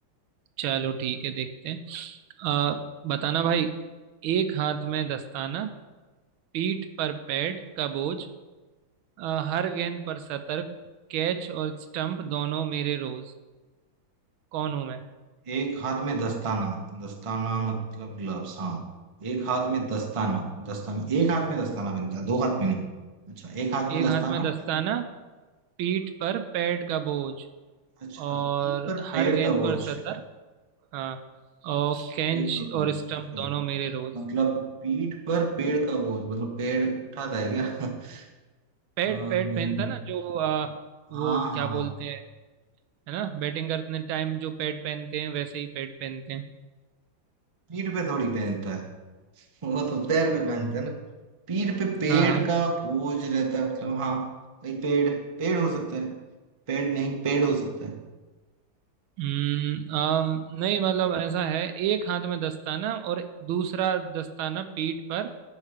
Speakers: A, on the right; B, on the right.
A: चलो ठीक है देखते हैं अ, बताना भाई एक हाथ में दस्ताना पीठ पर पैड का बोझ अ, हर गेंद पर सतर्क कैच और स्टंप दोनों मेरे रोज कौन हूं मैं
B: एक हाथ में दस्ताना दस्ताना मतलब ग्लव्स हाँ एक हाथ में दस्ताना दस्ताना एक हाथ में दस्ताना पहनता है दो हाथ में नहीं अच्छा एक हाथ में
A: एक
B: दस्ताना
A: हाथ में दस्ताना पीठ पर पैड का बोझ
B: अच्छा
A: और
B: पीठ पर पेड़
A: हर गेंद
B: का बोझ
A: पर सतर्क हाँ और कैंच
B: पेड़ का बोझ
A: और स्टंप
B: अच्छा
A: दोनों मेरे रोज
B: मतलब पीठ पर पेड़ का बोझ मतलब पेड़ उठाता है क्या <laughs>
A: पैड
B: अम्म,
A: पैड पहनता ना जो आ, वो
B: हाँ हाँ
A: क्या
B: हाँ
A: बोलते हैं है ना बैटिंग करने टाइम जो पैड पहनते हैं वैसे ही पैड पहनते हैं
B: पीठ पे थोड़ी पहनता है वो तो पैर पे पहनते हैं ना पीर पे पेड़
A: हाँ हाँ
B: का बोझ रहता है मतलब हाँ भाई पेड़ पेड़ हो सकता है पेड़ नहीं पेड़ हो सकता है
A: हम्म आम, नहीं मतलब ऐसा है एक हाथ में दस्ताना और दूसरा दस्ताना पीठ पर